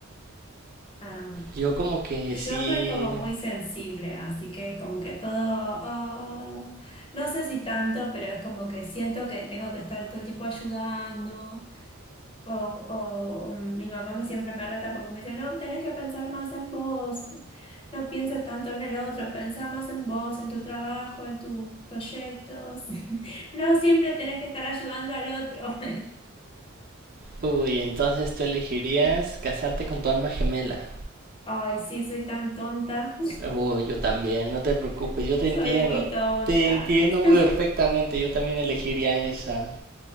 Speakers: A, on the left (about 25°); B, on the right (about 45°).
A: Ah,
B: Yo como que
A: Yo
B: sí...
A: soy como muy sensible, así que es como que todo, oh, no sé si tanto, pero es como que siento que tengo que estar todo el tiempo ayudando, o, o mi mamá me siempre me reta porque me dice, no, tenés que pensar más en vos, no pienses tanto en el otro, pensá más en vos, en tu trabajo, en tus proyectos, <laughs> no siempre tenés que estar ayudando al otro.
B: Uy, entonces tú elegirías casarte con tu alma gemela.
A: <laughs> Ay, sí, soy tan tonta,
B: Uy, yo también, no te preocupes,
A: <laughs>
B: yo te
A: soy
B: entiendo.
A: muy tonta.
B: Te entiendo
A: <laughs>
B: perfectamente, yo también elegiría esa.